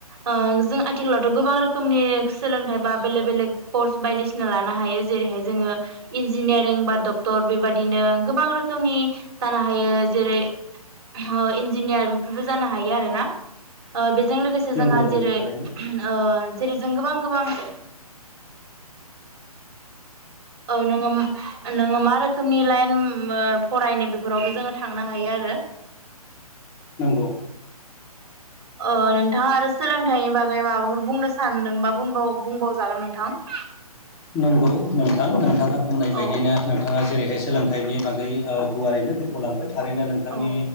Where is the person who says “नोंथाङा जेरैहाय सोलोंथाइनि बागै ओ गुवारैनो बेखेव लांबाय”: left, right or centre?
Left